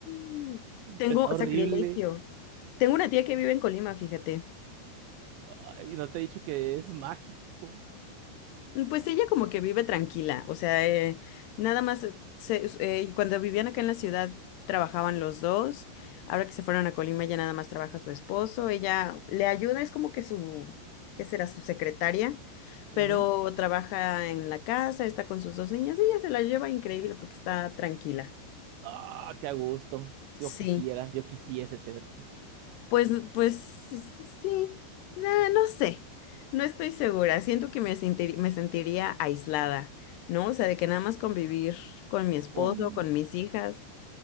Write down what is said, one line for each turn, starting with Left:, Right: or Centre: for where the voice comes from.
Left: <gasps>
Right: <laughs>
Left: Tengo
Right: Está horrible.
Left: sacrilegio. Tengo una tía que vive en Colima, fíjate.
Right: Ay, no te he dicho que es mágico.
Left: Mm, Pues ella como que vive tranquila, o sea, eh, nada más, eh, se- s- eh, cuando vivían acá en la ciudad trabajaban los dos, ahora que se fueron a Colima ya nada más trabaja su esposo, ella le ayuda, es como que su, ¿qué será? Su secretaria, pero
Right: Ujú.
Left: trabaja en la casa, está con sus dos niñas, ella se la lleva increíble porque está tranquila.
Right: Ah, qué a gusto.
Left: Sí.
Right: Yo quisiera, yo quisiese ser
Left: Pues, pues sí, sí, sí. Nah, no sé, no estoy segura. Siento que me sentir- me sentiría aislada, ¿no? O sea, de que nada más convivir con mi esposo,
Right: con...
Left: con mis hijas,